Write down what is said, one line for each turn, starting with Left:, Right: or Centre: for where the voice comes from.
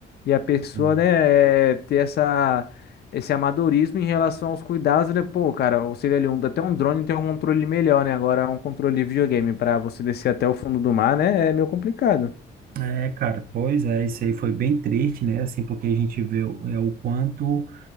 Left: e a pessoa,
Right: sim.
Left: né, é, ter essa esse amadorismo em relação aos cuidados, né? Pô, cara, você vê ali um, até um drone tem um controle melhor, né? Agora um controle de videogame para você descer até o fundo do mar, né? É meio complicado.
Right: É, cara, pois é, isso aí foi bem triste, né? Assim, porque a gente vê o- é, o quanto